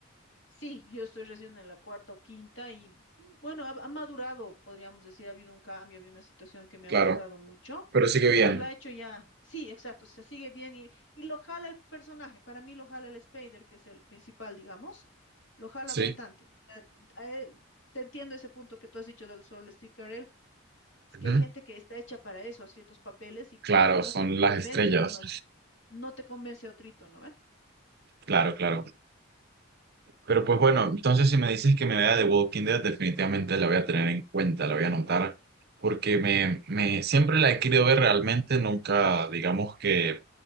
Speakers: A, on the left; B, on the right.
A: Sí, yo estoy recién en la cuarta o quinta y mm, bueno, ha, ha madurado, podríamos decir, ha habido un cambio, ha habido una situación que me
B: Claro,
A: ha gustado mucho,
B: pero sigue bien.
A: Entonces la ha hecho ya, sí, exacto, se sigue bien y, y lo jala el personaje, para mí lo jala el Spider, que es el principal, digamos, lo jala
B: Sí.
A: bastante. O sea, a él- te entiendo ese punto que tú has dicho del solo Steve Carell, es
B: ujú,
A: que hay gente que está hecha para eso, a ciertos papeles y que
B: Claro,
A: no
B: son
A: te
B: las
A: convencen
B: estrellas.
A: unos, no te convence otrito, ¿no ve?
B: Claro, claro. Pero pues bueno, entonces si me dices que me vea The Walking Dead, definitivamente la voy a tener en cuenta, la voy a anotar, porque me, me siempre la he querido ver realmente, nunca digamos que